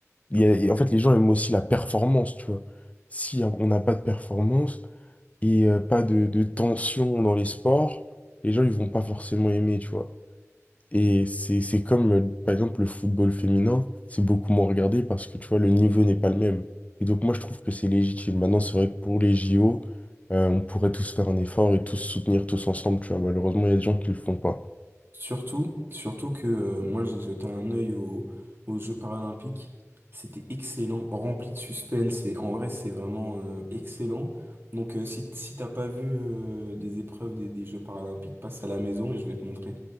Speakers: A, on the left; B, on the right.
A: il y a- et en fait, les gens aiment aussi la performance, tu vois. Si on n'a pas de performance et euh, pas de, de tension dans les sports, les gens, ils vont pas forcément aimer, tu vois. Et c'est, c'est comme, euh, par exemple, le football féminin, c'est beaucoup moins regardé parce que, tu vois, le niveau n'est pas le même. Et donc, moi, je trouve que c'est légitime. Maintenant, c'est vrai que pour les JO, euh, on pourrait tous faire un effort et tous se soutenir tous ensemble, tu vois. Malheureusement, il y a des gens qui le font pas.
B: Surtout, surtout que euh, moi j'ai jeté un œil au- aux Jeux paralympiques. C'était excellent, rempli de suspense et en vrai c'est vraiment euh, excellent. Donc euh, si, si t'as pas vu euh, des épreuves des, des Jeux paralympiques, passe à la maison et je vais te montrer.